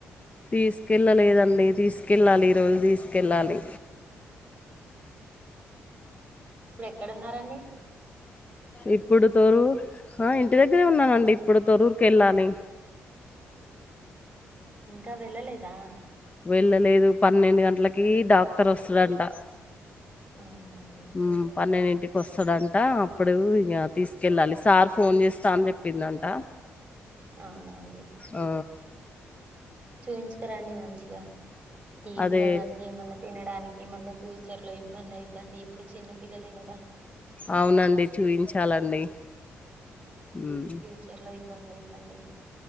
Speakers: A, on the left; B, on the right.
A: తీసుకెళ్ళలేదండి తీసుకెళ్ళాలి ఈరోజు తీసుకెళ్ళాలి
B: ఇప్పుడు ఎక్కడ ఉన్నారండి
A: ఇప్పుడు తొర్రూర్ ఆ ఇంటి దగ్గరే ఉన్నానండి ఇప్పుడు తరూరుకి వెళ్ళాలి
B: ఇంకా వెళ్ళలేదా
A: వెళ్ళలేదు పన్నెండు గంటలకి డాక్టర్ వస్తాడంట.
B: అవునా అండి
A: మ్ పన్నెండింటికి వస్తాడంట అప్పుడు ఇగ తీసుకెళ్ళాలి సార్ ఫోన్ చేస్తా అని చెప్ చెప్పిందంట
B: అవునా అండి
A: ఆ
B: చూయించుకు రాండి మంచిగ. టీత్
A: అదే
B: కదండి ఏమన్నా తినడానికి మళ్ళీ ఫ్యూచర్ లో ఇబ్బంది అయిద్దండి. ఇప్పుడు చిన్న పిల్లలే కదా
A: అవునండి చూయించాలండి. మ్
B: చర్లో ఇబ్బంది అయిద్దండి.